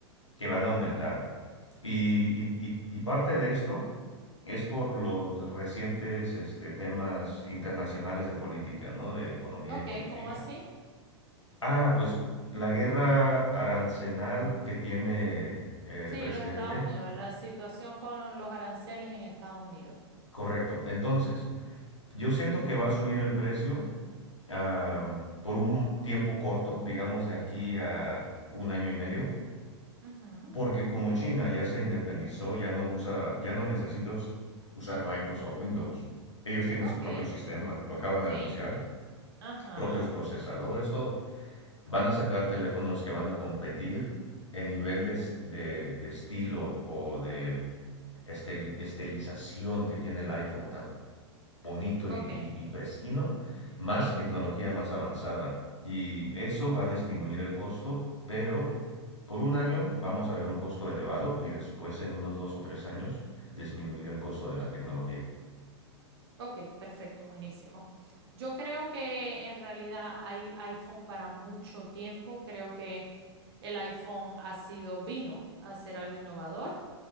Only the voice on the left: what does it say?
que van a aumentar. Y, y- y- y parte de esto es por los recientes este, temas internacionales de política, ¿no? De economía
y política.
Ah, pues la guerra arancenal que tiene el
presidente.
Correcto. Entonces, yo siento que va a subir el precio am, por un tiempo corto, digamos de aquí a un año y medio,
Porque como China ya se independizó, ya no usa, ya no necesita us- usar Microsoft Windows. Ellos tienen
su propio sistema, lo acaban
de anunciar,
propios procesadores, todo. Van a sacar teléfonos que van a competir en nivel de, es- de- de estilo o de estel- estilización que tiene el iPhone tan bonito y,
y- y pristino, más
tecnología más avanzada. Y eso va a disminuir el costo, pero por un año vamos a ver un costo elevado y después en unos dos o tres años disminuir el costo de la tecnología.